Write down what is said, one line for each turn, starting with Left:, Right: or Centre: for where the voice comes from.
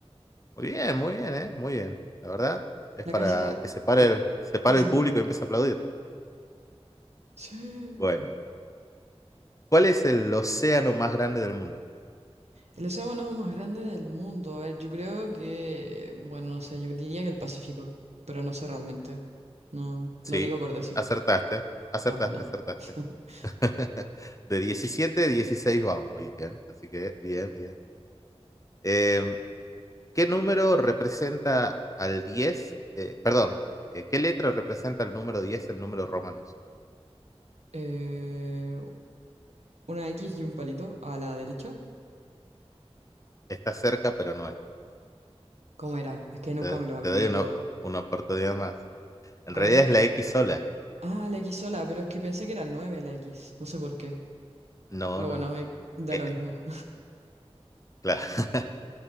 Left: Muy bien, muy bien, ¿eh? Muy bien. La verdad, es
Right: La
Left: para
Right: casa
Left: que se pare
Right: eh,
Left: el, se pare
Right: casi
Left: el
Right: es
Left: público
Right: mía.
Left: y empiece a aplaudir.
Right: Sí.
Left: Bueno, ¿cuál es el océano más grande del mundo?
Right: El océano más grande del mundo. A ver, yo creo que, bueno, no sé, yo diría que el Pacífico, pero no sé realmente. No,
Left: Sí,
Right: lo digo por decir.
Left: acertaste, acertaste,
Right: Ah, buena.
Left: acertaste.
Right: <laughs>
Left: <laughs> De 17 a 16 vamos, bien. Así que, bien, bien. Eh, ¿qué número representa al 10 Eh, perdón, eh, ¿qué letra representa el número 10 en números romanos?
Right: Eh, una X y un palito a la derecha.
Left: Está cerca, pero no es.
Right: ¿Cómo era? Es que nunca
Left: Te,
Right: me lo aprendí
Left: te doy una,
Right: todo.
Left: una oportunidad más. En
Right: Con
Left: realidad
Right: dos...
Left: es la X sola.
Right: Ah, la X sola, pero es que pensé que era el 9 la X. No sé por qué.
Left: No,
Right: Pero
Left: no,
Right: bueno,
Left: no, no.
Right: eh, da
Left: Eh,
Right: lo mismo.
Left: eh, claro. <laughs>